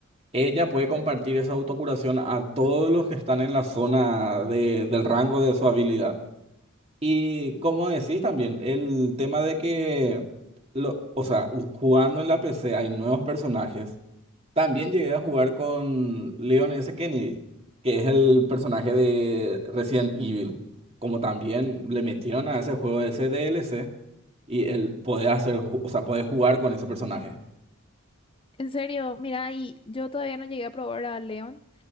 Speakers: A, on the right; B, on the left.
A: Ella puede compartir esa autocuración a todos los que están en la zona de- del rango de su habilidad. Y como decís también, el tema de que, lo, o sea, u- jugando en la PC hay nuevos personajes. También llegué a jugar con Leon S. Kennedy, que es el personaje de Resident Evil. Como también le metieron a ese juego ese DLC y él podés hacer, ju- o sea, podés jugar con ese personaje.
B: En serio, mira, y yo todavía no llegué a probar a Leon.